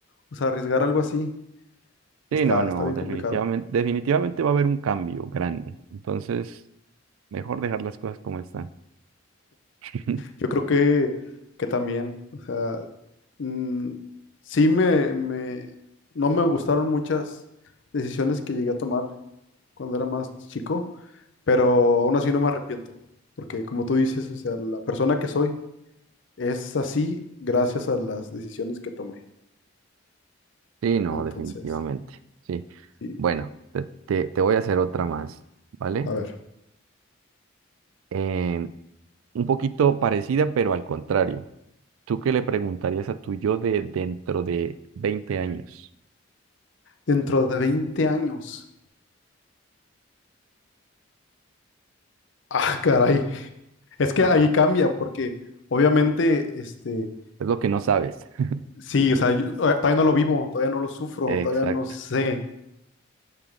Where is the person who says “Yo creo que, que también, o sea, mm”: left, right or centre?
Left